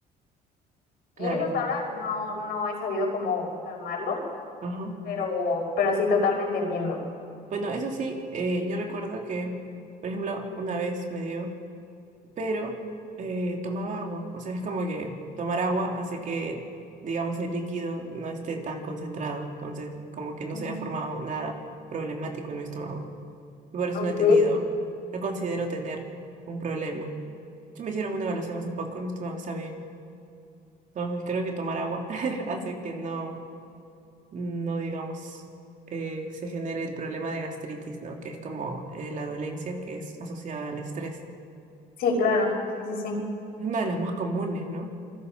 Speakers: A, on the right (about 50°); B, on the left (about 65°).
A: claro.
B: y eso hasta ahora no no he sabido cómo calmarlo,
A: Ajá.
B: pero pero sí totalmente entiendo.
A: Bueno, eso sí, eh, yo recuerdo que, por ejemplo, una vez me dio. pero eh, tomaba agua. O sea, es como que tomar agua hace que, digamos, el líquido no esté tan concentrado. Entonces, como que no
B: Mm.
A: se haya formado nada problemático en mi estómago. Y por eso
B: Ok.
A: no he tenido, no considero tener un problema. Sí me hicieron una evaluación hace poco y mi estómago está bien. Entonces, creo que tomar agua <laughs> hace que no, no digamos, eh, se genere el problema de gastritis, ¿no? Que es como eh, la dolencia que es asociada al estrés.
B: Sí, claro. Sí, sí, sí.
A: Es una de las más comunes, ¿no?